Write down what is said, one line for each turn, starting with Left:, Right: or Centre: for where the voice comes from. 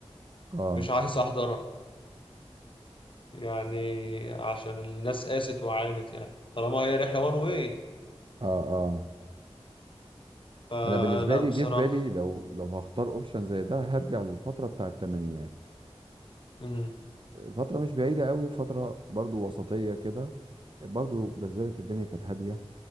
Right: اه
Left: مش عايز أحضرها يعني عشان الناس قاست وعانت يعني طالما هي رحلة وان واي
Right: اه اه
Left: فلا
Right: انا بالنسبة لي
Left: بصراحة
Right: جه في بالي لو لو هختار اوبشن زي ده هرجع للفترة بتاع الثمانينات
Left: مم.
Right: فترة مش بعيدة قوي فترة برضو وسطية كده برضو بذلت الدنيا كانت هادية